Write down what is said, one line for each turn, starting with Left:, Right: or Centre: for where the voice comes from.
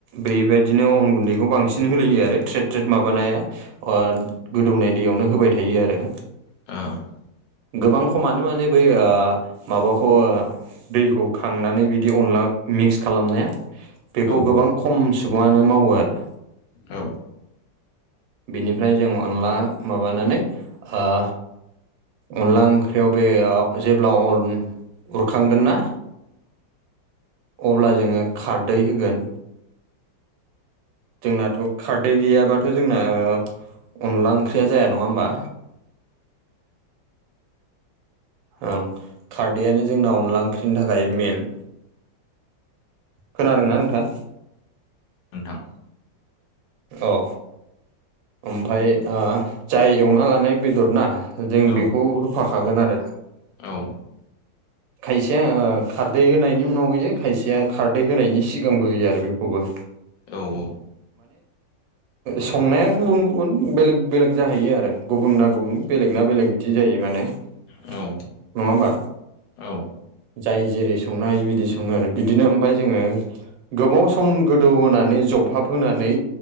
Right: बैबायदिनो अन गुन्दैखौ बांसि नो होलायो आरो ट्रेद ट्रेद माबानाया अयाद गोदौनाय दैयावनो होबाय थायो आरो।
Left: <inaudible>
Right: गोबां खमानो माने बै ओयो माबाखौ ओयो। दैखौ खांनानै बिदि अनला मिक्स खालामनाया। बेखौ
Left: ओ
Right: गोबां खम सुबुङानो मावो आरो।
Left: औ
Right: बिनिफ्राय जों अनला माबानानै ओयो। अनला ओंख्रियाव बेयाव जेब्ला अरन खांगोन ना अब्ला जोङो खारदै होगोन। जोंनाथ' खारदै गैयाबाथ' जोंना ओयो अनला ओंख्रिया जाया नङा होमबा। ओं खारदैयानो जोंना अनला ओंख्रिनि थाखाय मेन। खोनादोंना नोंथाङा।
Left: नोंथां।
Right: औ ओमफ्राय ओ जाय एवना लानाय बेदर ना। जों
Left: औ
Right: बेखौ होफाखागोन आरो।
Left: औ।
Right: खायसेया ओ खारदै होनायनि उनाव होयो खायसेया खारदै होनायनि सिगांबो होयो आरो बिखौबो। <inaudible>
Left: औ औ।
Right: संनाया गुबुन गुबुन बेलेग बेलेग जाहैयो आरो गुबुनना गुबुन। बेलेग ना बेलेग बिदि जायो माने नङा
Left: औ
Right: होमबा?
Left: औ
Right: जाय जेरै संनो हायो बिदि सङो आरो बिदिनो ओमफाय जोङो गोबाव सम गोदौ होनोनानै जबहाब होनानै